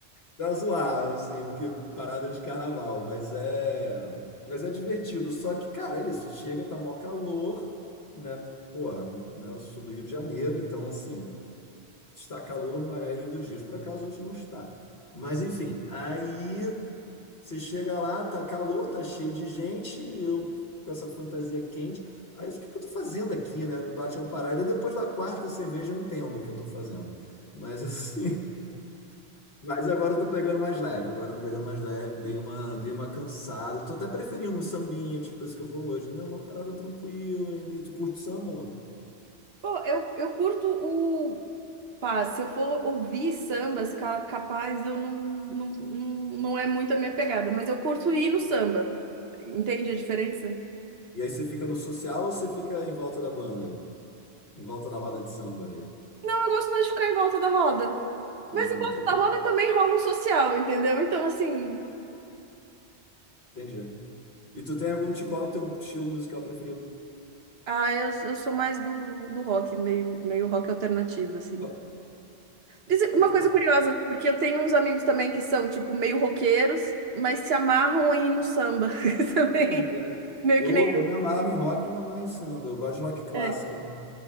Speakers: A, on the left (about 65°); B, on the right (about 65°).
A: Pra zoar, assim, porque parada de carnaval, mas é, mas é divertido. Só que, cara, é isso, chega, tá mó calor, né? Porque, Porra, né? Eu sou do Rio de Janeiro, então assim, está calor na maioria dos dias. Por acaso hoje não está. Mas enfim, aí você chega lá, tá calor, tá cheio de gente, eu com essa fantasia quente. Aí o que que eu tô fazendo aqui, né? Me bate uma parada. Depois da quarta cerveja eu entendo o que eu tô fazendo. Mas assim, <laughs> mas agora eu tô pegando mais leve, agora eu tô pegando mais leve, dei uma, dei uma cansada. Tô até preferindo um sambinha, tipo esse que eu vou hoje, né? Uma parada tranquila, e tu curte samba, não?
B: Pô, eu, eu curto o, Pá, se eu for ouvir sambas, ca- capaz eu não, não, não não é muito a minha pegada, mas eu curto ir no samba. Entende a diferença?
A: E aí você fica no social ou você fica em volta da banda? Em volta da roda de samba ali?
B: Não, eu gosto mais de ficar em volta da roda. Mas
A: Hum,
B: em volta
A: então
B: da
A: tu-
B: roda também rola um social, entendeu? Então, assim,
A: entendi. E tu tem algum ti- qual é o teu estilo musical preferido?
B: ah, eu, eu sou mais do, do rock, meio, meio rock alternativo, assim.
A: Qual-
B: Mas
A: tu-
B: Uma coisa
A: qual-
B: curiosa, porque eu tenho uns amigos também que são, tipo, meio roqueiros, mas se amarram em ir no samba <laughs> também.
A: Sim, é,
B: Meio
A: Eu,
B: que nem
A: eu me amarro em rock e me amarro em samba. Eu gosto de rock clássico.
B: eu.
A: né?